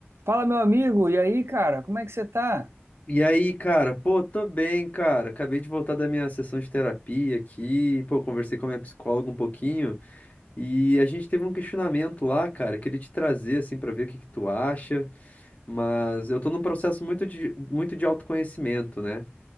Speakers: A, on the right; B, on the left.
A: Fala, meu amigo, e aí, cara, como é que você tá?
B: E aí, cara? Pô, tô bem, cara. Acabei de voltar da minha sessão de terapia aqui. Pô, conversei com a minha psicóloga um pouquinho e a gente teve um questionamento lá, cara. Queria te trazer assim pra ver o que que tu acha, mas eu tô num processo muito de, muito de autoconhecimento, né?